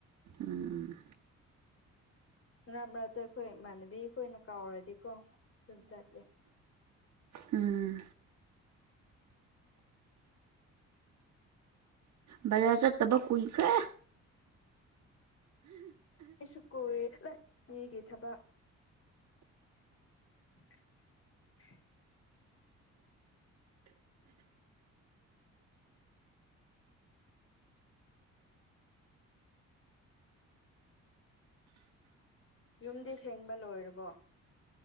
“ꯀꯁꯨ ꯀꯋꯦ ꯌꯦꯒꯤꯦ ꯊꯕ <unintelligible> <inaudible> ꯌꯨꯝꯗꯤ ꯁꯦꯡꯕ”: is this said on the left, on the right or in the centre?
Left